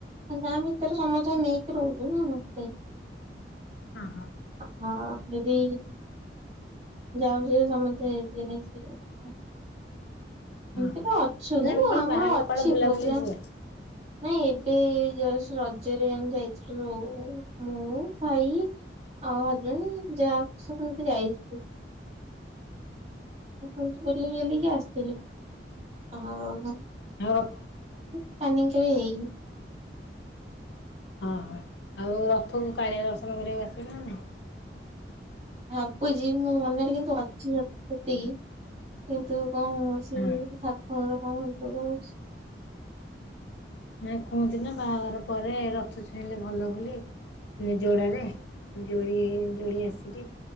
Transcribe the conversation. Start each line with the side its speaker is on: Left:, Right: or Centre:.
Right: ଆ। ଗାଁ ଭିତରେ ସମସ୍ତଙ୍କୁ ନେଇକି ରହୁଚୁ ନାଆ ସେ
Left: ହଁ
Right: ଆ ଯେଦି ଯାଉଛିି ସମତେ ଯିଏ ନାହିଁ ସିଏ। <unintelligible>
Left: ହଁ
Right: ଏମତିଟା
Left: ହଁ।
Right: ଅଛୁ
Left: ନାଇଁ
Right: କିନ୍ତୁ
Left: ମୁଁ କହିଲି
Right: ଆମର
Left: ବାହାରକୁ
Right: ଅଛି
Left: କୁଆଡେ ବୁଲାବୁଲି
Right: ପ୍ରୋଗ୍ରାମ୍।
Left: ଯିବେ
Right: ନାଇଁ ଏବେ ଏଇ ଜଷ୍ଟ ରଜେରେ ଆମ ଯାଇଥିଲୁ ରୁ ମୁଁ ଭାଇ ଆଉ ହଜବେଣ୍ଡ ଯାହା ବି ସମତେ ଯାଇଥିଲୁ। ଆ କନ୍ତୁ ବୁଲିବାଲି କି ଆସିଥିଲି। ଆହା ଆଉ କନ୍
Left: ମୋର।
Right: ସ୍ପାନିଙ୍ଗ୍ କେବେ ହେଇନି।
Left: ଓ ହ ଆଉ ରଥକୁ କାଳିଆ ଦର୍ଶନ କରିବାକୁ ଆସିବେ ନା ନାଇ।
Right: ଭାବୁଚି ମୋ ମନରେ କିନ୍ତୁ ଅଛି ଭକ୍ତି ସେତିକି କିନ୍ତୁ କଣ ହଉଚି
Left: ହଁ
Right: ଠାକୁରଙ୍କର କଣ ଯୋଗ ହଉଚି।
Left: ନା କୁହନ୍ତି ନା ବାହାଘର ପରେ ରଥ ଛୁଇଁଲେ ଭଲ ବୋଲି। ମାନେ ଯୋଡ଼ାରେ ଯୋଡ଼ି ଯୋଡ଼ି ଆସିକି।